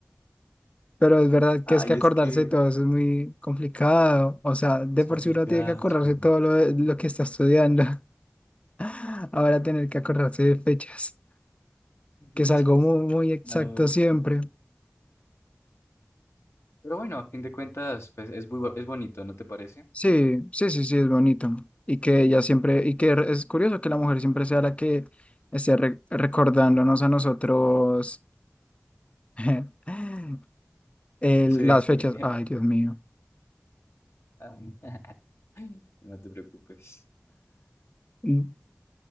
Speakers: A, on the left; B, on the left.
A: Pero es verdad
B: Ay,
A: que es que acordarse
B: es que
A: de todo eso es muy complicado. O sea, de
B: es
A: por
B: complicado,
A: sí uno tiene que acordarse
B: es complicado.
A: de todo lo, de- lo que está estudiando. <laughs> Ahora tener que acordarse de fechas,
B: Muchas.
A: que es algo muy, muy exacto
B: No.
A: siempre.
B: Pero bueno, a fin de cuentas, pues es muy, bo- es bonito, ¿no te parece?
A: Sí, sí, sí, sí, es bonito. Y que ella siempre, y que re- es curioso que la mujer siempre sea la que esté re- recordándonos a nosotros <laughs> el-
B: Sí.
A: las fechas.
B: <laughs>
A: Ay, Dios mío.
B: Ah, <laughs> No te preocupes.
A: <gasps> <sighs>